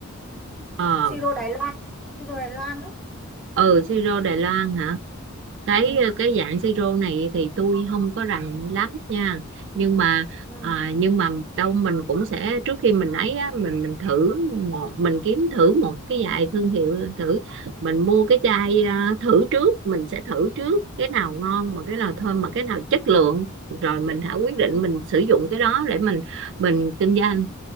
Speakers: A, on the right (about 60°); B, in the centre.
A: à
B: siro Đài Loan ấy, siro Đài Loan ấy.
A: ừ siro Đài Loan hả cái
B: ừ
A: ờ, cái dạng siro này thì tôi không có rành lắm nha nhưng mà
B: ừ
A: à, nhưng mà đâu mình cũng sẽ trước khi mình ấy á, mình mình thử một mình kiếm thử một cái vài thương hiệu thử mình mua cái chai à, thử trước mình sẽ thử trước cái nào ngon mà cái nào thơm mà cái nào chất lượng rồi mình hãy quyết
B: ừ
A: định mình sử dụng cái đó để mình mình kinh doanh